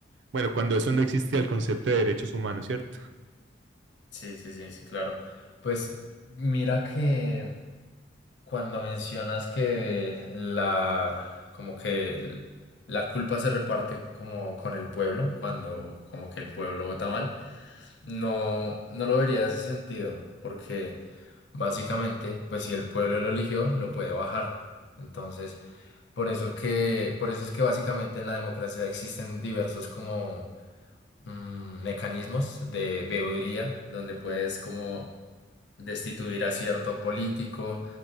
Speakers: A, on the right (about 85°); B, on the left (about 85°).
A: bueno, cuando eso no existe el concepto de derechos humanos, ¿cierto?
B: Sí, sí, sí, sí, claro. Pues mira que cuando mencionas que la, como que el- la culpa se reparte como con el pueblo, cuando como que el pueblo vota mal, no, no lo vería de ese sentido, porque básicamente, pues si el pueblo lo eligió, lo puede bajar. Entonces, por eso que, por eso es que básicamente en la democracia existen diversos como mm, mecanismos de veeduría, donde puedes como destituir a cierto político,